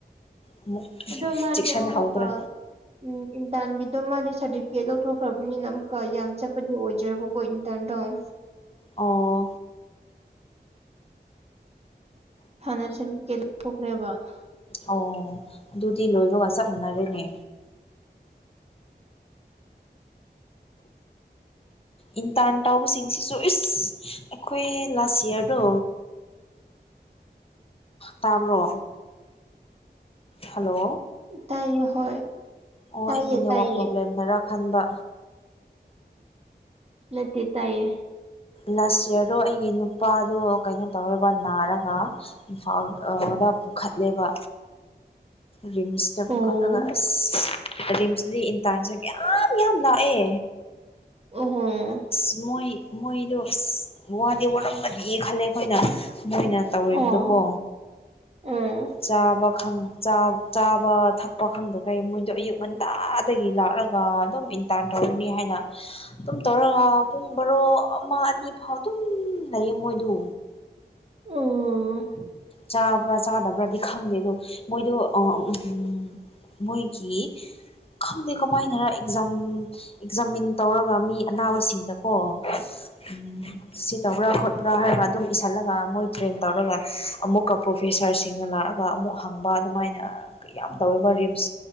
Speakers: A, on the left; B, on the right.
A: ꯑꯃꯨꯛ
B: ꯑꯗꫭ ꯃꯥꯗꯤ
A: ꯆꯦꯛꯁꯤꯟꯍꯧꯗ꯭ꯔꯦ
B: ꯑꯃꯨꯛꯀ ꯎꯝ ꯏꯟꯇꯥꯟꯒꯤꯗꯣ ꯃꯥꯗꯤ ꯁꯥꯔꯇꯤꯐꯤꯀꯦꯠ ꯂꯧꯊꯣꯛꯈ꯭ꯔꯕꯅꯤꯅ ꯑꯃꯨꯛꯀ ꯌꯥꯝ ꯆꯠꯄꯗꯤ ꯑꯣꯏꯗ꯭ꯔꯦꯕꯀꯣ ꯏꯟ ꯇꯔꯟꯗꫭ꯫
A: ꯑꯣ꯫
B: <inaudible>
A: ꯑꯣ ꯑꯗꯨꯗꯤ ꯂꯣꯏꯕꯒ ꯆꯞ ꯃꯥꯟꯅꯔꯦꯅꯦ꯫ ꯏꯟꯇꯥꯔꯟ ꯇꯧꯕꯁꯤꯡꯁꯤꯁꯨ ꯏꯁ ꯑꯩꯈꯣꯏ ꯂꯥꯁ ꯏꯌꯥꯔꯗꯣ꯫ ꯇꯥꯕ꯭ꯔꯣ ꯍꯜꯂꯣ꯫
B: ꯇꯥꯏꯌꯦ ꯍꯣꯏ
A: ꯑꯣ
B: ꯇꯥꯏꯌꯦ
A: ꯑꯩꯒꯤ ꯅꯦꯠꯋꯥꯛ
B: ꯇꯥꯏꯌꯦ
A: ꯄ꯭ꯔꯣꯕ꯭ꯂꯦꯝꯅꯔ ꯈꯟꯕ꯫
B: ꯅꯠꯇꯦ ꯇꯥꯏꯌꯦ꯫
A: ꯂꯥꯁ ꯌꯌꯥꯔꯗꯣ ꯑꯩꯒꯤ ꯅꯨꯄꯥꯗꯣ ꯀꯩꯅꯣ ꯇꯧꯋꯦꯕ ꯅꯥꯔꯒ꯫ ꯏꯝꯐꯥꯎ ꯑꯣꯗ ꯄꯨꯈꯠꯂꯦꯕ꯫ ꯔꯤꯝꯁꯇ ꯄꯨꯨꯈꯠꯂꯒ
B: ꯑꯣ
A: ꯑꯁ ꯔꯤꯝꯁꯗꯤ ꯏꯟꯇꯥꯔꯟꯁꯦ ꯃꯌꯥꯝ ꯌꯥꯝ ꯂꯥꯛꯑꯦ꯫
B: ꯑꯣꯍꯣ꯫
A: ꯑꯁ ꯃꯣꯏ ꯃꯣꯏꯗꯣ ꯑꯁ ꯋꯥꯗꯤ ꯋꯥꯔꯝꯒꯅꯤꯌꯦ ꯈꯜꯂꯦ ꯑꯩꯈꯣꯏꯅ ꯃꯣꯏꯅ ꯇꯧꯔꯤꯕꯗꯣ
B: ꯑꯣ
A: ꯀꯣ
B: ꯑꯣ
A: ꯆꯥꯕ ꯈꯪ ꯆꯥꯕ ꯊꯛꯄ ꯈꯪꯗꯒꯩ ꯃꯣꯏꯗꯣ ꯑꯌꯨꯛ ꯉꯟꯇꯥꯗꯒꯤ ꯂꯥꯛꯔ ꯑꯗꯨꯝ ꯏꯟꯇꯥꯟ ꯇꯧꯔꯅꯤ ꯍꯥꯏꯅ ꯑꯗꯨꯝ ꯇꯧꯔꯒ ꯄꯨꯡ ꯕꯔꯣ ꯑꯃ ꯑꯅꯤ ꯐꯥꯎ ꯑꯗꯨꯝ ꯂꯩꯌꯦ ꯃꯣꯏꯗꯨ
B: ꯎꯝ
A: ꯆꯥꯕ꯭ꯔꯥ ꯆꯥꯗꯕ꯭ꯔꯥꯗꯤ ꯈꯪꯗꯦ ꯑꯗꯣ ꯃꯣꯏꯗꯣ ꯑ ꯎꯝ ꯃꯣꯏꯒꯤ ꯈꯪꯗꯦ ꯀꯃꯥꯏꯅꯔ ꯑꯦꯛꯖꯥꯝ ꯑꯦꯛꯖꯥꯃꯤꯟ ꯇꯧꯔꯒ ꯃꯤ ꯑꯅꯥꯕꯁꯤꯡꯗꯀꯣ ꯎꯝ ꯁꯤ ꯇꯧꯕ꯭ꯔꯥ ꯈꯣꯠꯄ꯭ꯔꯥ ꯍꯥꯏꯔꯒ ꯑꯗꯨꯝ ꯏꯁꯁꯜꯂꯒ ꯃꯣꯏ ꯇ꯭ꯔꯦꯟ ꯇꯧꯔꯒ ꯑꯃꯨꯛꯀ ꯄ꯭ꯔꯣꯐꯦꯁꯥꯔꯁꯤꯡꯅ ꯂꯥꯛꯑꯒ ꯑꯃꯨꯛ ꯍꯪꯕ ꯑꯗꯨꯃꯥꯏꯅ ꯀꯌꯥꯝ ꯇꯧꯋꯦꯕ ꯔꯤꯝꯁ